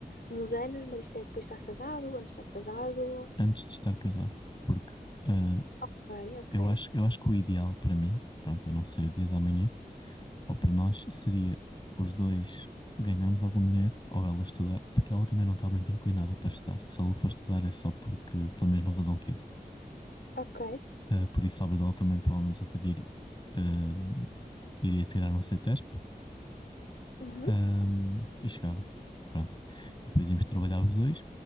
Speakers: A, on the left; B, on the left.
A: uns anos, mas isto é depois estás casado, antes estás casado.
B: antes de estar casado. Porque ah,
A: Ok, ok.
B: eu acho, eu acho que o ideal para mim, pronto, eu não sei o dia da manhã, ou para nós, seria os dois ganharmos algum dinheiro ou ela estudar, porque ela também não está muito inclinada para estudar. Se ela for estudar é só porque, pela mesma razão que eu.
A: Ok.
B: Ah, por isso, talvez ela também provavelmente só teria, ido, ah, iria tirar um CETESP
A: Uhum,
B: ah, e S P uh, e chegava. Pronto. E depois íamos trabalhar os dois,